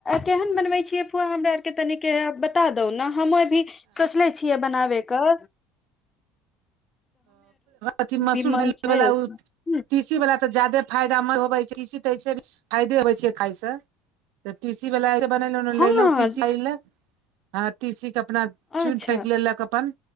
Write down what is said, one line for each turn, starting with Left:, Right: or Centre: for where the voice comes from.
Left: केहन बनबै छियै फुआ हमरा आरके तनिक बता दू ने हमें भी सोचले छियै बनाबैके।
Right: अथी मसूर
Left: भी मन
Right: <unintelligible>
Left: छै हुं,
Right: तीसी वला तऽ जाादे फायदामन्द होबै छैय तीसी तऽ ऐसे भी फायदे होबे छैय खाायस। तऽ तीसी वला जे बनेलहु
Left: हँ
Right: लयलहुँ तीसी लय ले हँ तीसी के अपना चुनि
Left: अच्छा
Right: पकि लेलक अपन